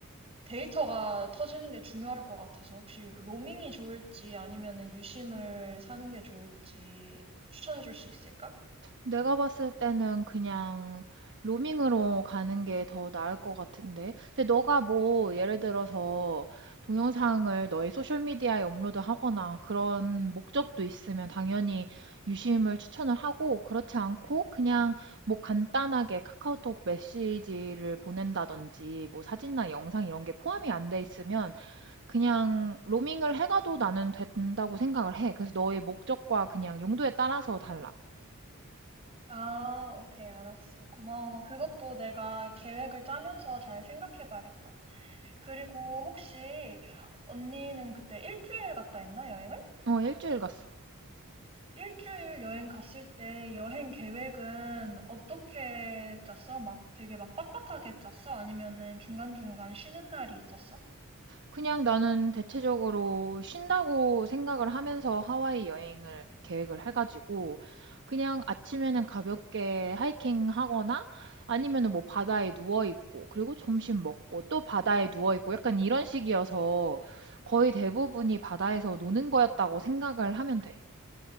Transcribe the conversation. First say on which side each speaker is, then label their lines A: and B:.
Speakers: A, on the right; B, on the right.
A: 데이터가 터지는 게 중요할 것 같아서 혹시 로밍이 좋을지 아니면은 유심을 사는 게 좋을지 추천해 줄 수 있을까?
B: 내가 봤을 때는 그냥 로밍으로 가는 게 더 나을 것 같은데. 근데 너가 뭐 예를 들어서 동영상을 너의 소셜미디어에 업로드하거나 그런 목적도 있으면 당연히 유심을 추천을 하고 그렇지 않고 그냥 뭐 간단하게 카카오톡 메시지를 보낸다든지 뭐 사진이나 영상 이런 게 포함이 안 돼 있으면 그냥 로밍을 해가도 나는 된다고 생각을 해. 그래서 너의 목적과 그냥 용도에 따라서 달라.
A: 아, 오케이, 알았어. 고마워. 그것도 내가 계획을 짜면서 잘 생각해 봐야겠다. 그리고 혹시 언니는 그때 일주일 갔다 했나, 여행을?
B: 어, 일주일 갔어.
A: 일주일 여행 갔을 때 여행 계획은 어떻게 짰어? 막 되게 막 빡빡하게 짰어? 아니면은 중간중간 쉬는 날이 있었어?
B: 그냥 나는 대체적으로 쉰다고 생각을 하면서 하와이 여행을 계획을 해가지고 그냥 아침에는 가볍게 하이킹 하거나 아니면은 뭐 바다에 누워 있고 그리고 점심 먹고 또 바다에 누워 있고 약간 이런 식이어서 거의 대부분이 바다에서 노는 거였다고 생각을 하면 돼.